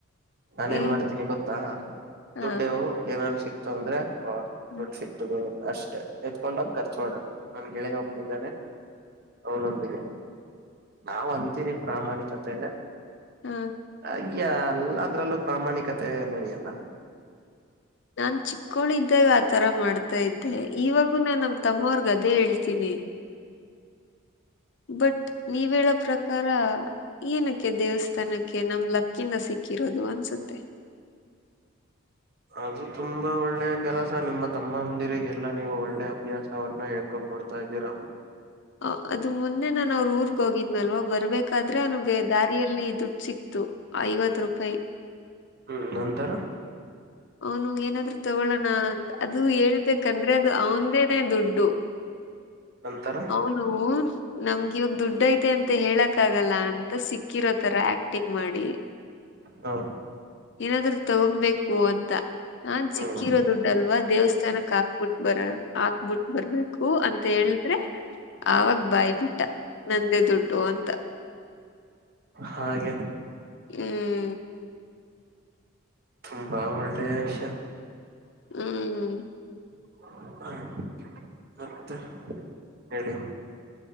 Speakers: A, on the right; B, on the left.
A: ನಾನೇನ್
B: ಹ್ಮ್
A: ಮಾಡ್ತೀನಿ ಗೊತ್ತಾ
B: ಹಾ
A: ದುಡ್ಡೂ ಏನಾದರು ಸಿಕ್ ತೊಂದ್ರೆ
B: ಹ
A: ದುಡ್ ಸಿಕ್ತ್ ಅಷ್ಟೇ ಎತ್ಕೊಂಡೋಗಿ ಖರ್ಚು ಮಾಡದು ನನ್ ಗೆಳೆಯ ಒಬ್ಬನೂ ಇದ್ದಾನೆ. ಅವನೊಂದಿಗೆ ನಾವೂ ಅಂತೀರಿ ಪ್ರಾಮಾಣಿಕತೆ-
B: ಹಾ
A: ಅಯ್ಯಾ ಅಲ್ಲ ಅದ್ರಲ್ಲೂ ಪ್ರಾಮಾಣಿಕತೆ ನಡೆಯಲ್ಲ.
B: ನಾನ್ ಚಿಕ್ಕೋಳಿದ್ದಾಗ ಆತರ ಮಾಡ್ತಾ ಇದ್ದೆ ಇವಾಗೂ ನಾನ್ ನಮ್ ತಮ್ಮರ್ ಅದೇ ಹೇಳ್ತೀನಿ ಬಟ್ ನೀವ್ ಹೇಳೋ ಪ್ರಕಾರ ಏನಕ್ಕೆ ದೇವಸ್ಥಾನಕ್ಕೆ ನಮ್ ಲಕ್ಕಿಂದ ಸಿಕ್ಕಿರೋದು ಅನ್ಸುತ್ತೆ. <inaudible>
A: ಅದು ತುಂಬಾ ಒಳ್ಳೆಯ ಕೆಲಸ ನಿಮ್ಮ ತಮ್ಮಂದಿರಿಗೆಲ್ಲಾ ನೀವು ಒಳ್ಳೆ ಅಭ್ಯಾಸವನ್ನು ಹೇಳ್ ಕೊ ಕೊಡ್ತಾ ಇದ್ದೀರಾ.
B: ಅ ಅದು ಮುನ್ ಮೊನ್ನೆ ನಾನು ಅವರು ಊರಿಗೆ ಹೋಗಿದನಲ್ವ ಬರ್ಬೇಕಾದ್ರೆ ಅವನಿಗೆ ದಾರಿಯಲ್ಲಿ ದುಡ್ಡು ಸಿಕ್ತು. ಐವತ್ತು ರೂಪಾಯಿ.
A: ಹ್ಮ್ ನಂತರ
B: ಅವನು ಏನಾದ್ರು ತಗೊಳೋಣ ಅಂತ ಅದು ಹೇಳ್ಬೇಕಂದ್ರೆ ಅದು ಅವನದೇನೇ ದುಡ್ಡು <inaudible>
A: ನಂತರ
B: ಅವನೂ- ನಮ್ಗ ಇವಾಗ ದುಡ್ಡ ಐತೆ ಅಂತ ಹೇಳಕ ಆಗಲ್ಲ ಅಂತ ಸಿಕ್ಕಿರೋತರ ಆಕ್ಟಿಂಗ್ ಮಾಡಿ. <inaudible>
A: ಹ
B: ಏನಾದ್ರು ತಗೊಂಬೇಕು ಅಂತ ನಾನ
A: ಹ್ಮ್
B: ಸಿಕ್ಕಿರೋ ದುಡ್ಡಲ್ವಾ ದೇವಸ್ಥಾನಕ ಹಾಕ್ಬಿಟ್ಟ ಬರ ಆಕ್ಬಿಟ್ಟ ಬರ್ಬೇಕು ಅಂತ ಹೇಳದ್ರೆ
A: ಹ್ಮ್
B: ಅವಾಗ ಬಾಯ್ಬಿಟ್ಟ ನಂದೇ ದುಡ್ಡು ಅಂತ.
A: ಹಾಗೆ
B: ಹ್ಮ.
A: ತುಂಬಾ ಒಳ್ಳೆ ವಿಷ.
B: ಹ್ಮ.
A: <inaudible> ಮತ್ತೆ ಹೇಳಿ.